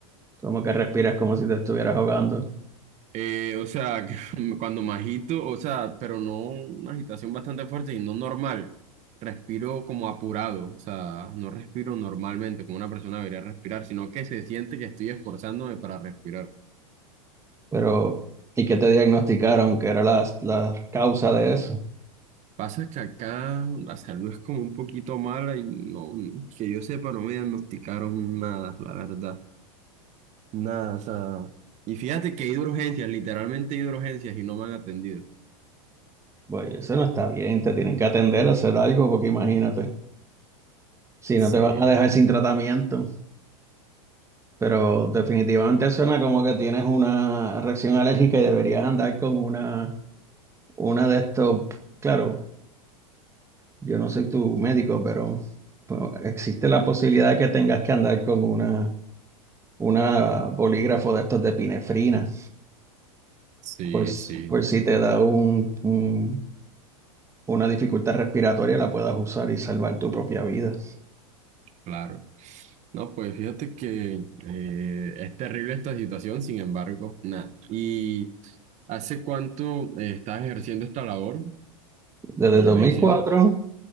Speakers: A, on the right; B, on the right.
A: como que respiras como si te estuvieras ahogando.
B: Eh, o sea, <laughs> que cuando me agito, o sea, pero no una agitación bastante fuerte y no normal. Respiro como apurado, o sea, no respiro normalmente como una persona debería respirar, sino que se siente que estoy esforzándome para respirar.
A: Pero, ¿y qué te diagnosticaron que era la, la causa de eso?
B: Pasa que acá la salud es como un poquito mala y no, que yo sepa, no me diagnosticaron nada, la verdad. Nada, o sea. Y fíjate que he ido a urgencias, literalmente he ido a urgencias y no me han atendido.
A: Pues eso no está bien, te tienen que atender a hacer algo, porque imagínate, si
B: Sí,
A: no te van a dejar sin tratamiento. Pero definitivamente suena como que tienes una reacción alérgica y deberías andar con una, una de estos. Claro, yo no soy tu médico, pero pues, existe la posibilidad de que tengas que andar con una, una bolígrafo de estos de pinefrina.
B: sí,
A: Pues,
B: sí,
A: pues si te da un, un- una dificultad respiratoria, la puedas usar y salvar tu propia vida.
B: claro. No, pues fíjate que eh, es terrible esta situación, sin embargo, nada. ¿Y hace cuánto eh, estás ejerciendo esta labor
A: Desde
B: de
A: el
B: la
A: dos
B: medicina?
A: mil cuatro